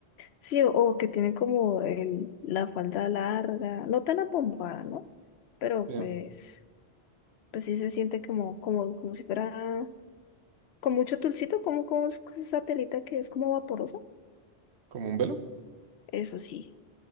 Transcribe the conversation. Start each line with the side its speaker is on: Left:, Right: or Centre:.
Left: sí, o, o que tienen como el, la falda larga, no tan apombada, ¿no? Pero
Right: Sí,
Left: pues... Pues sí se siente como, como, como si fuera con mucho tulcito, como, como es esa telita que es como vaporosa.
Right: ¿Como un velo?
Left: Eso sí.